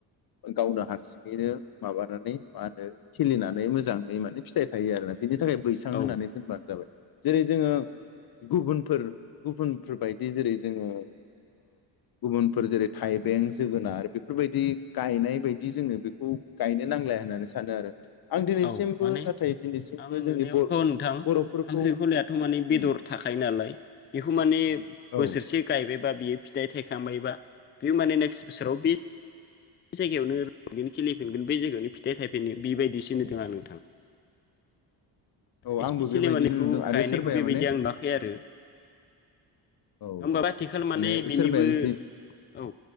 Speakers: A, on the left (about 50°); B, on the left (about 25°).
A: गावनो हारसिङैनो माबानानै मा होनो खिलिनानै मोजाङै माने फिथाइ थायो आरो। बिनि थाखाय बैसां
B: औ
A: होनानै दोनबानो जाबाय जेरै जोङो गुबुन। फोर गुबुनफोर बाय । बिजेरै जोङो गुबुनफोर जेरै थाइबें जोगोनार बेफोरबायदि गायनाय बायदि जोङो बेखौ गायनो नांलाया होननानै सानो आरो। आं दिनैसिमबो
B: औ माने
A: नाथाय दिनैसिमबो
B: आं
A: जोंनि
B: नुनायावथ
A: बर'
B: नोंथां
A: बर'फोरखौ
B: खांख्रिखलायाथ माने
A: उम
B: बेदर थाखायायो नालाय बेखौ माने।
A: औ
B: बोसोरसे गायबाय। बा बियो फिथाइ थाइखांबायबा बे माने नेक्स्ट बोसोराव बि । बे जायगायावनो बिनो- खिलिफिनगोन बे जायगायावनो फिथाइ थाइफिनगोन बिबायायदिसि नुदों आं नोंथां।
A: औ
B: इपेसियेलि
A: आंबो बेबायदिनो
B: मानेखौ
A: नुदों आरो
B: गायनायखौ
A: सोरबाया
B: बेबायदि
A: माने
B: आं नुवाखै आरो
A: औ
B: होमबाब
A: औ
B: आथिखाल माने बेनिबो
A: सोरबाया जुदि
B: औ